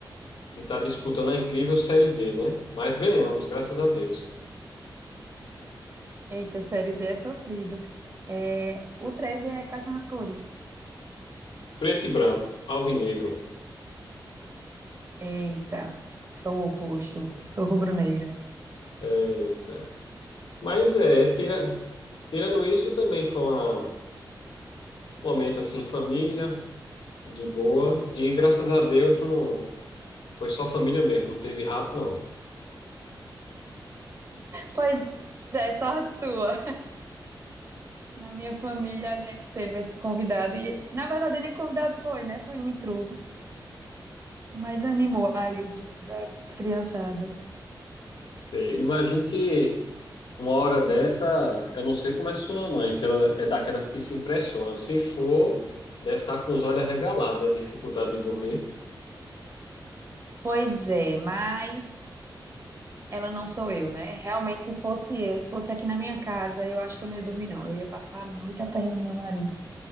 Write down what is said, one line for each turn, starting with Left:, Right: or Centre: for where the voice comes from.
Left: que está disputando a incrível Série D, né? Mas ganhamos, graças a Deus.
Right: Eita, série D é sofrido. É, o 13 é quais são as cores?
Left: Preto e branco, alvinegro.
Right: Eita, sou o oposto, sou rubro-negra.
Left: Eita. Mas é, tira, tirando isso também foi uma- um momento assim, em família, de boa. E graças a Deus não, foi só família mesmo, não teve rato não.
Right: Pois é, sorte sua. Na minha família a gente teve esse convidado e, na verdade, nem convidado foi, né? Foi um intruso. Mas animou aí o domingo da criançada.
Left: E imagino que uma hora dessa, eu não sei como é sua mãe, se ela é daquelas que se impressiona. Se for, deve estar com os olhos arregalados, né? Dificuldade de dormir.
Right: Pois é, mas ela não sou eu, né? Realmente, se fosse eu, se fosse aqui na minha casa, eu acho que eu não ia dormir, não. Eu ia passar a noite aperreando meu marido.